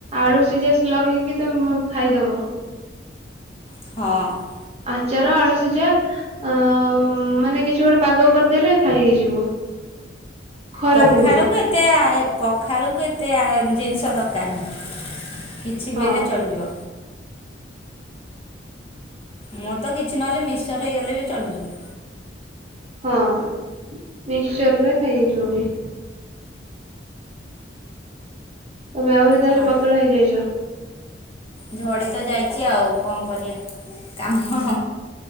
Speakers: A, on the right; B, on the left.
A: ଆଳୁ ସିଝା ଲଗେଇକି ତ ମ ଖାଇଦବ।
B: ହଁ।
A: ଆଚାର ଆଳୁ ସୀଜା ଅ ମାନେ କିଛି ଗୋଟେ ପାଗ କରିଦେଲେ ଖାଇ ହେଇଯିବ ଖରା
B: ପଖାଳକୁ
A: ଦିନେ।
B: ଏତେ ପଖାଳକୁ ଏତେ ଜିନିଷ ଦରକାର। <unintelligible> କିଛି
A: ହଁ
B: ବି ହେଲେ ଚଳିଯିବ। ମୋର ତ କିଛି ନହେଲେ ମିକ୍ସଚର୍ ହେଇଗଲେ ବି ଚଳିଯିବ।
A: ହଁ ମିକସଚର ରେ ଖାଇ ହେଇଯିବ ବି। ତମେ ଆହୁରି ତାହେଲେ
B: ହଁ
A: ପତଳା ହେଇଯାଇଚ।
B: ଝଡ଼ି ତ ଯାଇଛି ଆଉ କଣ କରିବା କାମ